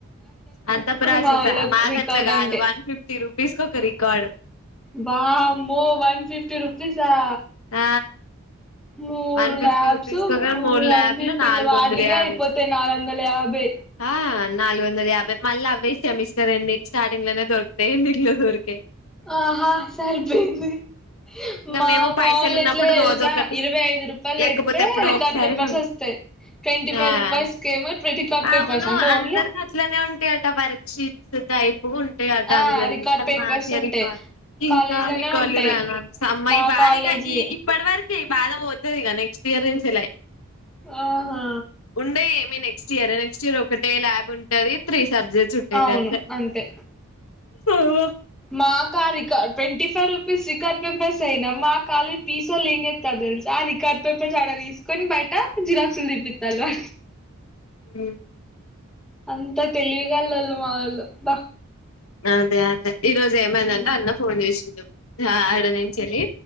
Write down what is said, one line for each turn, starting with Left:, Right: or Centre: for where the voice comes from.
Left: అంత ప్రాసెస్
Centre: మా వాళ్ళ
Left: మాకు
Centre: రికార్డ్
Left: అట్లా కాదు
Centre: అంటే
Left: వన్ ఫిఫ్టీ రూపీస్ కి ఒక రికార్డ్
Centre: వా మో వన్ ఫిఫ్టీ రూపీస్ ఆ
Left: ఆ
Centre: మూడు
Left: వన్ ఫిఫ్టీ
Centre: ల్యాబ్స్
Left: రూపీస్ కి ఒక
Centre: మూడు వన్
Left: ల్యాబ్లు
Centre: ఫిఫ్టీలు
Left: నాలుగు
Centre: వాటికి
Left: వందల యాభై
Centre: అయిపోతేయి నాలు వందల యాభై
Left: ఆ నాలుగు వందల యాభై మళ్ళీ అవయ సెమిస్టర్ ఎండి స్టార్టింగ్ లోనే దొరతాయి ఎండ్రిన్ లో దొరికాయి
Centre: ఆహా సరిపోయింది
Left: ఇక
Centre: మా
Left: మేము
Centre: మా
Left: పైసలు
Centre: వాళ్ళ
Left: ఉన్నప్పుడు
Centre: ఎట్లా తెలుసా
Left: రోజు ఒకటి
Centre: ఇరవై ఐదు రూపాయలు
Left: లేకపోతే
Centre: పెడితే
Left: ఎప్పుడు
Centre: రికార్డ్
Left: ఒకసారి
Centre: పేపర్స్
Left: ఉంట
Centre: వస్తాయి ట్వంటీ ఫైవ్
Left: ఆ
Centre: రూపీస్ కేమో రికార్డ్ పేపర్స్
Left: అవును
Centre: అంటే ఓన్లీ
Left: అందరికి అట్లనే ఉంటాయట వర్క్ షిట్ అయి ఉంటాయిట
Centre: ఆ
Left: అందరికి
Centre: రికార్డ్
Left: కానీ
Centre: పేపర్స్
Left: మాకే
Centre: ఉంటాయి
Left: రికవ ఇంకా
Centre: కాలేజ్ లోనే
Left: రికవలీ
Centre: ఉంటాయి
Left: రాల అమ్మాయి
Centre: మా
Left: భారీగా
Centre: కాలేజీ
Left: ఈ ఇప్పటి వరకు బాబో నెక్స్ట్ ఇయరిన్స్
Centre: ఆహా
Left: ఉండ మీ నెక్స్ట్ ఇయర్ నెక్స్ట్ ఇయర్ ఒకటే ల్యాబ్ ఉంటుది త్రీ చబ్జే చ ఉట్టే
Centre: అవును
Left: కతే
Centre: అంతే
Left: అ
Centre: మాకు ఆ రికార్ twenty five rupees record papers అయినా మాకుళ పీసో ఏం చెస్త తెలుసు ఆ రికార్డ్ పేపర్స్ అడ తీసుకొని బయట జిరాక్సులు దిప్పస్తారు వా
Left: హ
Centre: అంత తెలివిగల్లోళ్ళు మావోళ్ళు బా
Left: అదే అదే ఈ రోజు ఏమైందంటే
Centre: ఉమ్
Left: అన్న ఫోన్ చేసిండు ఆడ నుంచి వెళ్ళి